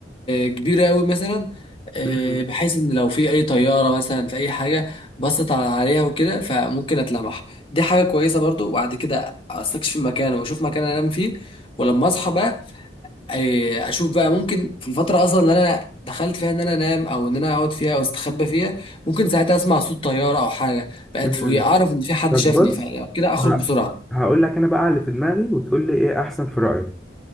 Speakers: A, on the left; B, in the centre.
A: كبيره قوي مثلا آه،
B: مم.
A: بحيث ان لو في اي طياره مثلا في اي حاجه بصت على- عليها وكده فممكن اتلمح دي حاجه كويسه برضو وبعد كده استكشف المكان واشوف مكان انام فيه ولما اصحى بقى آه، اشوف بقى ممكن في الفتره اصلا اللي انا دخلت فيها ان انا انام او ان انا اقعد فيها او استخبى فيها ممكن ساعتها اسمع صوت طياره او حاجه بقت
B: مم.
A: فوقيه اعرف ان في حد
B: طب
A: شافني
B: بص
A: فكده اخرج
B: ه-
A: بسرعه
B: هقول لك أنا بقى اللي في دماغي وتقول لي إيه أحسن في رأيك